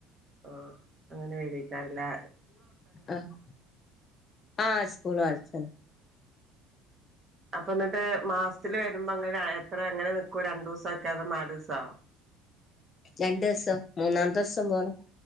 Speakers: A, on the right; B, on the left.
A: ആഹ് അങ്ങനെ വരേക്കാരല്ലേ
B: ആഹ് ആഹ് സ്കൂള ആട് ച്ചൻ
A: അപ്പ ന്നിട്ട് മാസത്തില് വരുമ്പോ ഏങ്ങനെ എത്ര എങ്ങനെ വ രണ്ടുസക്കെ അത് നാല്സാവും
B: രണ്ട് ദിവസം മൂന്നാമത്തെ ദിവസം പോണം